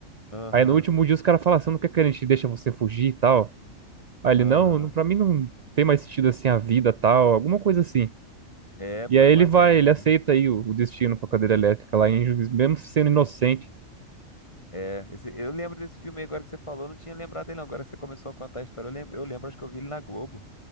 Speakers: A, on the left (about 20°); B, on the right (about 80°).
A: Aham,
B: Aí no último dia os caras falam, você não quer que a gente deixa você fugir e tal? Aí
A: aham.
B: ele, não, não, pra mim não tem mais sentido assim a vida tal, alguma coisa assim.
A: É, pô,
B: E aí
A: é maneiro,
B: ele vai,
A: é maneiro.
B: ele aceita aí o, o destino pra cadeira elétrica lá, em Juiz- mesmo sendo inocente.
A: É, esse- eu lembro desse filme aí agora que você falou, eu não tinha lembrado dele não. Agora você começou a contar a história, eu lembro, eu lembro, acho que eu vi ele na Globo.